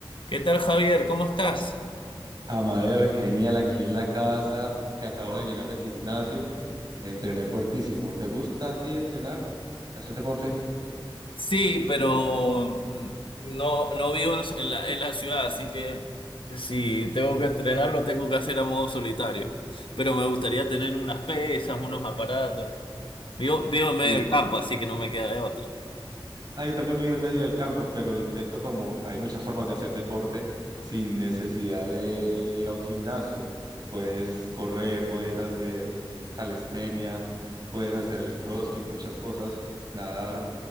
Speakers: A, on the left; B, on the right.
A: ¿Qué tal, Javier? ¿Cómo estás?
B: Amadeo, genial aquí en la casa, que acabo de llegar del gimnasio. Entrené fuertísimo. ¿Te gusta a ti entrenar? ¿Hacer deporte?
A: Sí, pero mm, no, no vivo en, en la, en la ciudad, así que si tengo que entrenar, lo tengo que hacer a modo solitario. Pero me gustaría tener unas pesas, unos aparatos. Vivo, vivo
B: Sí.
A: en medio del campo, así que no me queda de otra.
B: Ah, yo también vivo en medio del campo, pero intento como hay muchas formas de hacer deporte sin necesidad de ir a un gimnasio. Puedes correr, puedes hacer calistenia, puedes hacer CrossFit, muchas cosas, nadar,